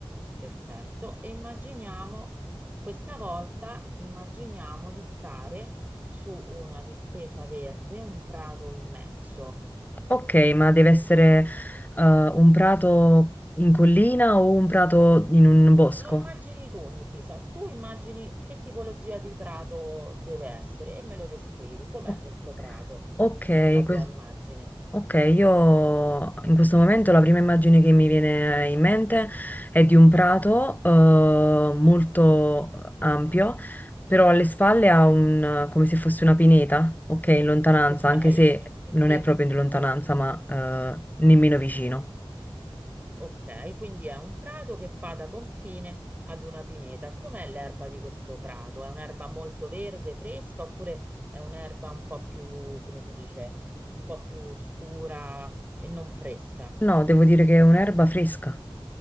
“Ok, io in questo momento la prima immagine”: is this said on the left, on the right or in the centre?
Left